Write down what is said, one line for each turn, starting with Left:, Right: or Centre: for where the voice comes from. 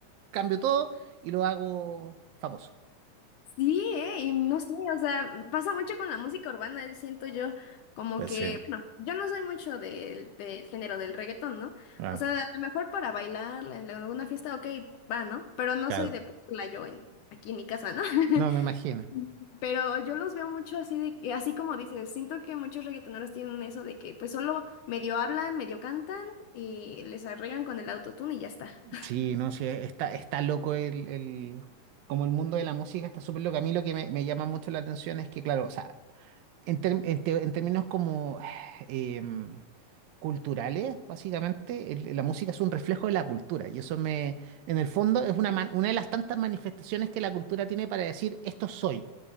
Right: cambio todo y lo hago famoso.
Left: Sí, eh, y no sé, o sea, mm, pasa mucho con la música urbana, yo siento yo como
Right: Pues
Left: que,
Right: sí,
Left: bueno, yo no soy mucho del, del género del reggaetón, ¿no?
Right: ah,
Left: O sea, a lo mejor para bailar en alguna fiesta, ok, va, ¿no? Pero no
Right: claro.
Left: soy de ponerla yo en, aquí en mi casa, ¿no? <laughs>
Right: No, me imagino.
Left: Pero yo los veo mucho así, de, que- así como dices, siento que muchos reggaetoneros tienen eso de que pues solo medio hablan, medio cantan y les arreglan con el autotune y ya está.
Right: Sí, no, sí, está, está loco el, el- Como el mundo de la música está súper loco. A mí lo que me, me llama mucho la atención es que, claro, o sea, en, ter- en te- en términos como em, culturales, básicamente, el- la música es un reflejo de la cultura. Y eso me, en el fondo, es una, man- una de las tantas manifestaciones que la cultura tiene para decir, esto soy.